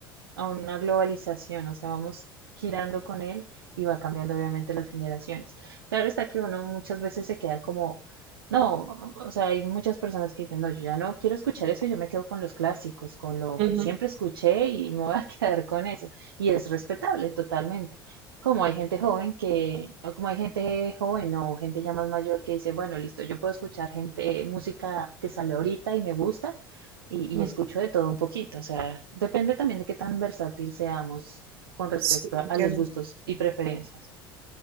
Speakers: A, on the right; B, on the right.
A: a una globalización, o sea, vamos girando con él y va cambiando obviamente las generaciones. Claro está que uno muchas veces se queda como, no, o sea, hay muchas personas que dicen, no, yo ya no quiero escuchar eso, yo me quedo con los clásicos, con lo
B: Ujú,
A: que siempre escuché y me voy a <laughs> quedar con eso. Y es respetable totalmente. Como hay gente joven que, o como hay gente joven o gente ya más mayor que dice, bueno, listo, yo puedo escuchar gente, música que sale ahorita y me gusta, y,
B: ujú.
A: y escucho de todo un poquito, o sea, depende también de qué tan versátil seamos con respecto
B: Sí, entiendo.
A: a, a los gustos y preferencias.